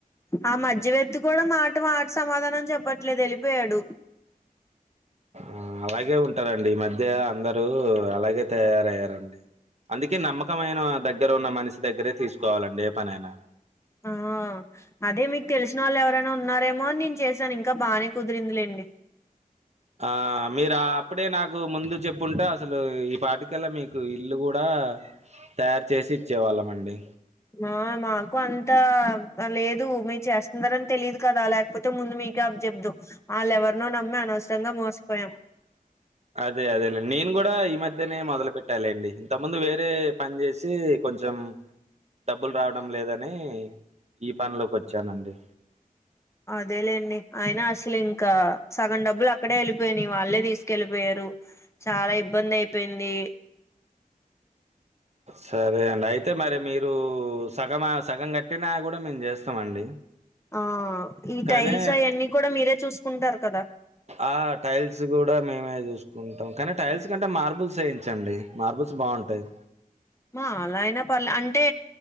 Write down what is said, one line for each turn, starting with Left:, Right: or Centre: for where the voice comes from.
Left: ఆ మధ్యవక్తి కూడా మాట మాట సమాధానం చెప్పట్లేదు వెళ్ళిపోయాడు
Right: ఆ అలాగే ఉంటారండి ఈ మధ్య అందరూ అలాగే తయారయ్యారండి అందుకే నమ్మకమైన దగ్గర ఉన్న మనిషి దగ్గరే తీసుకోవాలండి ఏ పనైనా
Left: ఆ ఆ అదే మీకు తెలిసిన వాళ్ళు ఎవరైనా ఉన్నారేమోని నేను చేసాను ఇంకా బాగానే కుదిరిందిలేండి
Right: ఆ మీరు అప్పుడే నాకు ముందు చెప్పుంటే అసలు ఈ పాటికల్లా మీకు ఇల్లు కూడా డ తయారు చేసి ఇచ్చేవాళ్ళం అండి
Left: ఆ మాకు అంతా లేదు మీరు చేస్తున్నారని తెలియదు కదా లేకపోతే ముందు మీకే అప్ చెబ్మ్దుమ్ వాళ్ళెవరినో నమ్మి అనవసరంగా మోసిపోయాం
Right: అదే అదేలేండి నేను కూడా ఈ మధ్యనే మొదలు పెట్టాలేండి ఇంత ముందు వేరే పని చేసి కొంచెం డబ్బులు రావడం లేదని ఈ పనిలోకి వచ్చానండి
Left: అదేలేండి అయినా అసలు ఇంకా సగం డబ్బులు అక్కడే వెళ్ళిపోయినాయి వాళ్ళే తీసుకెళ్ళిపోయారు రు చాలా ఇబ్బంది అయిపోయింది
Right: సరే అండి అయితే మరి మీరు సగమా సగం కట్టినా కూడా మేము చేస్తామండి
Left: ఆ ఈ
Right: కానీ
Left: టైల్స్ అయన్నీ కూడా మీరే చూసుకుంటారు కదా
Right: ఆ టైల్స్ కూడా మేమే చూసు కుంటాం కానీ టైల్స్ కంటే మార్బుల్స్ వేయించండి మార్బుల్స్ బాగుంటాయి
Left: మా అలా అయినా పర్లే అంటే